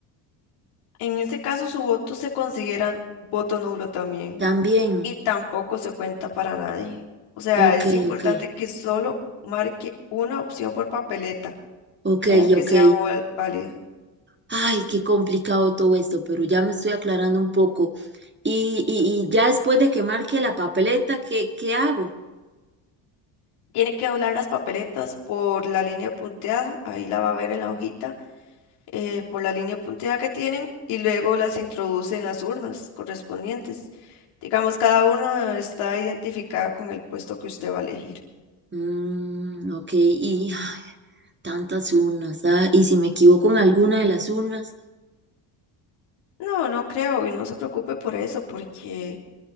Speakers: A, on the left; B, on the right.
A: En ese caso, su voto se considera voto nulo también.
B: También.
A: y tampoco se cuenta para nadie. O sea,
B: Ok,
A: es importante
B: ok.
A: que solo marque una opción por papeleta
B: Ok,
A: para que
B: ok.
A: sea val- válido.
B: Ay, qué complicado todo esto, pero ya me estoy aclarando un poco. Y, y, y ya después de que marque la papeleta, ¿qué, qué hago?
A: Tiene que doblar las papeletas por la línea punteada, ahí la va a ver en la hojita, eh, por la línea punteada que tienen y luego las introduce en las urnas correspondientes. Digamos, cada una está identificada con el puesto que usted va a elegir.
B: Mm, ok, y <sighs> tantas urnas. ah, ¿Y si me equivoco en alguna de las urnas?
A: No, no creo y no se preocupe por eso, porque